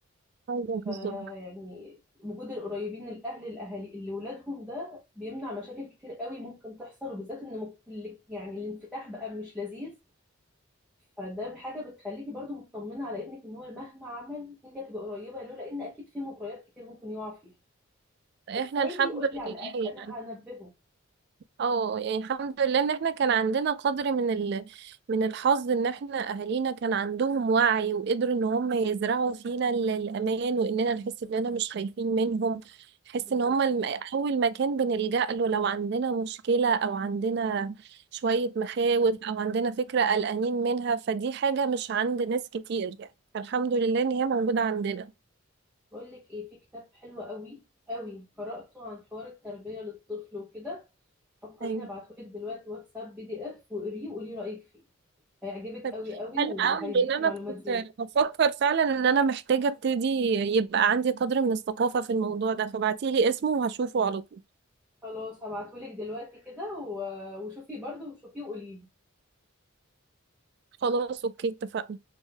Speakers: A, on the right; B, in the centre.
A: ايوه
B: فيعني
A: بالظبط
B: وجود القريبين الاهل الاهالي اللي ولادهم ده بيمنع مشاكل كتير قوي ممكن تحصل وبالذات ان مك- اللي- يعني الانفتاح بقى مش لذيذ فده حاجه بتخليكي برضو مطمنه على ابنك ان هو مهما عمل انت هتبقى قريبه له لان اكيد في مغريات كتير ممكن يقع فيها
A: احنا
B: بس هيجي
A: الحمد
B: يقول
A: لله
B: لي على الاقل
A: يعني
B: انا هنبهه
A: اه يعني الحمد لله ان احنا كان عندنا قدر من ال... من الحظ ان احنا اهالينا كان عندهم وعي وقدروا ان هم يزرعوا فينا ال- الامان واننا نحس اننا مش خايفين منهم نحس
B: بالظبط
A: ان هم الم... اول مكان بنلجأ له لو عندنا مشكلة او عندنا شوية مخاوف او عندنا فكرة قلقانين منها فدي حاجة مش عند ناس كتير يعني فالحمد لله ان هي موجودة عندنا
B: بقول لك ايه في كتاب حلو قوي قوي قرأته عن حوار التربية للطفل وكده فكريني
A: أيوة.
B: ابعتهولك دلوقتي واتساب بي دي اف وقريه وقولي رأيك فيه هيعجبك
A: طيب
B: قوي قوي
A: حلو
B: وهيديكي
A: قوي لان انا
B: معلومات
A: كنت
B: زيادة
A: بفكر فعلا ان انا محتاجه ابتدي يبقى عندي قدر من الثقافه في الموضوع ده فبعتيلي اسمه وهشوفه على طول
B: خلاص هبعتهولك دلوقتي كده و- وشوفي برضه وشوفيه وقوليلي
A: خلاص اوكي اتفقنا